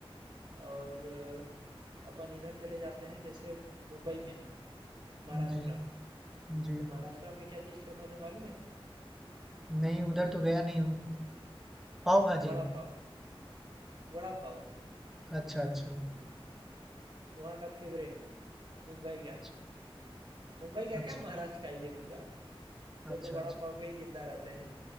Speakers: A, on the right; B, in the centre.
A: और अ, अपन इधर चले जाते हैं जैसे मुंबई में महाराष्ट्र
B: जी, जी।
A: तो महाराष्ट्र में क्या चीज़ फेमस है मालूम है
B: नहीं, उधर तो गया नहीं हूँ। पाव भाजी?
A: अ, वड़ा पाव वड़ा पाव
B: अच्छा, अच्छा।
A: वहाँ का फेवरेट मुंबई का
B: अच्छा,
A: मुंबई का
B: अच्छा,
A: क्या महाराष्ट्र का ही है पूरा वो
B: अच्छा,
A: तो वड़ा
B: अच्छा,
A: पाव पे ही जिंदा रहते हैं